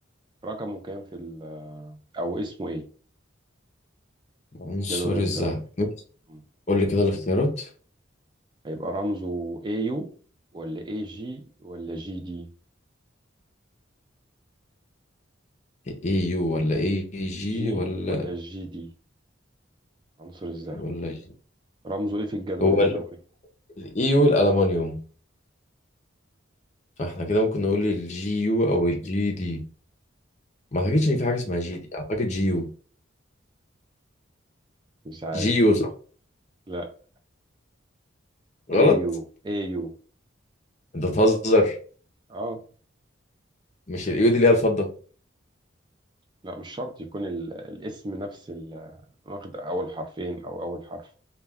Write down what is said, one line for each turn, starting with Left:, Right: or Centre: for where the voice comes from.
Right: رقمه كام في ال أو اسمه إيه
Left: عنصر
Right: في الجدول
Left: الذهب
Right: الدوري
Left: ماشي.
Right: مم.
Left: قول لي كده الاختيارات
Right: هيبقى رمزه AU ولا AG ولا جي دي
Left: اي يو ولا اي جي
Right: جي
Left: ولا
Right: ولا جي دي عنصر الذهب
Left: ولا جي
Right: رمزه إيه في الجدول
Left: هو
Right: الدوري
Left: الاي يو الالومنيوم فاحنا كده ممكن نقول الجي يو او الجي دي ما اعتقدش ان في حاجه اسمها جي دي اعتقد جي يو
Right: مش عارف
Left: جي يو صح
Right: لا
Left: غلط
Right: AU AU
Left: انت بتهزر
Right: اه
Left: مش الاي يو دي اللي هي الفضه
Right: لا مش شرط يكون ال- الاسم نفس ال- واخد أول حرفين أو أول حرف